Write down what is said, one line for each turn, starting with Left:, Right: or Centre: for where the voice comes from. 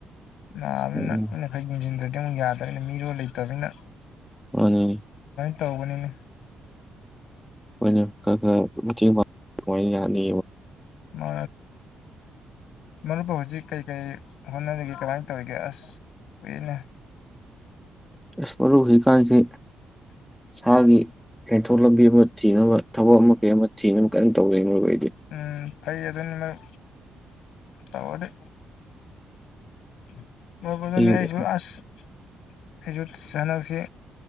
Left: ꯅꯕꯅꯤꯅꯥ
Centre: ꯎꯝ
Left: ꯑꯩꯅꯥ ꯈꯔꯥ ꯌꯦꯡꯖꯤꯟꯗꯔ꯭ꯗꯤ ꯌꯥꯗꯔ꯭ꯦꯅꯦ ꯃꯤꯔꯣꯜ ꯂꯩꯇꯕꯅꯤꯅ
Centre: ꯃꯅꯤ
Left: ꯇꯧꯕꯅꯤꯅ
Centre: ꯑꯣꯏꯅꯣ ꯈꯔ ꯈꯔ ꯃꯇꯦꯡ ꯄꯥꯡ ꯌꯥꯦ ꯑꯅꯤ
Left: ꯃꯥ ꯃꯔꯨꯞꯕꯨ ꯍꯧꯖꯤꯛ ꯀꯩꯀꯩ ꯍꯣꯠꯅꯔꯤꯒꯦ ꯀꯃꯥꯏꯅ ꯇꯧꯒ ꯑꯁ ꯀꯏꯅ
Centre: ꯏꯁ ꯃꯔꯨ ꯍꯨꯖꯤꯛꯀꯥꯟꯁꯤ ꯁꯥꯒꯤ ꯆꯦꯟꯊꯣꯛ ꯂꯝꯕꯤ ꯑꯃ ꯊꯤꯅꯕ ꯊꯕꯛ ꯑꯃ ꯀꯩ ꯑꯃ ꯊꯤꯅꯕ ꯀꯟꯅ ꯇꯧꯖ ꯃꯔꯗꯤ
Left: ꯎꯝ ꯐꯩ ꯑꯗꯨꯅꯤꯃꯛ ꯇꯧꯔꯗꯤ ꯎꯝ ꯃꯣꯏꯄꯗꯅꯤ
Centre: ꯑꯗꯨ
Left: ꯍꯥꯏꯁꯨ ꯑꯁ ꯑꯩꯁꯨ ꯍꯟꯗꯛꯁꯤ